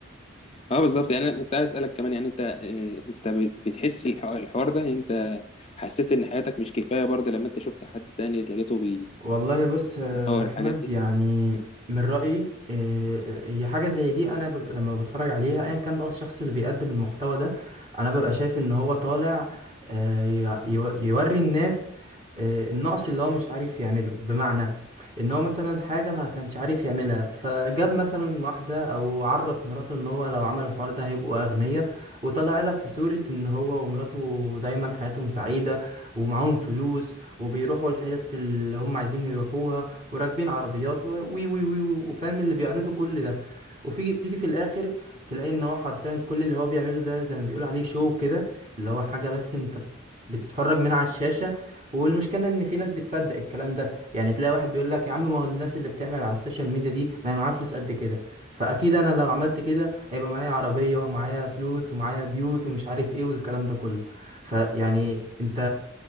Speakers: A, on the left (about 30°); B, on the right (about 35°).
A: اه بالظبط يعني انا كنت عايز اسالك كمان يعني انت آه، انت بتحس الح- الحوار ده يعني انت حسيت ان حياتك مش كفايه برضه لما انت شفت حد تاني لقيته بيدور
B: والله بص يا
A: الحاجات
B: احمد
A: دي
B: يعني
A: مم.
B: من رايي آه، آه، هي حاجه زي دي انا ببقى لما بتفرج عليها ايا كان بقى الشخص اللي بيقدم المحتوى ده انا ببقى شايف ان هو طالع آه، ي- يو- يوري الناس آه، النقص اللي هو مش عارف يعمله بمعنى ان هو مثلا حاجه ما كانش عارف يعملها فجاب مثلا واحده او عرف مراته ان هو لو عمل الحوار ده هيبقوا اغنياء وطلع لك في صوره ان هو ومراته دايما حياتهم سعيده ومعاهم فلوس وبيروحوا الحتت اللي هم عايزين يروحوها وراكبين عربيات و وي وي وي وي- وفاهم اللي بيعرضوا كل ده وفي تيجي في الاخر تلاقي ان هو حرفيا كل اللي هو بيعمله ده زي ما بيقول عليه شو كده اللي هو حاجة بس انت بتتفرج من على الشاشة والمشكلة ان في ناس بتصدق الكلام ده يعني تلاقي واحد بيقول لك يا عم ما هو الناس اللي بتعمل على السوشيال ميديا دي ما هي معاها فلوس قد كده فاكيد انا لو عملت كده هيبقى معايا عربية ومعايا فلوس ومعايا بيوت ومش عارف ايه والكلام ده كله فيعني انت